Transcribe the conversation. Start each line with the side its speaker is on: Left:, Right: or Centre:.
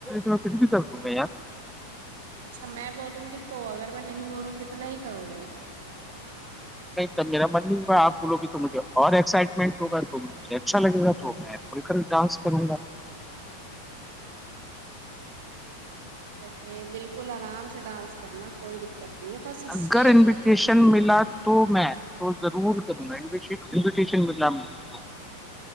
Centre: میں کچھ بھی کر لوں گا اں
Right: اچھا میں بولوں گی تو اگر میں نہیں بولوں گی تو نہیں کروں گی
Centre: نہیں ت میرا من نہیں میں آپ بولو گی تو مجھے اور ایکسائٹمنٹ ہوگا تو مجھے اچھا لگ گا تو میں کھل کر ڈانس کروں گا
Right: اوکے بالکل آرام سے ڈانس کرنا کوئی دقت نہیں ہے بس اسٹیج
Centre: اگر انویٹیشن
Right: مت توڑ دینا
Centre: ملا تو میں تو ضرور کروں گا انویٹیشن ملناھ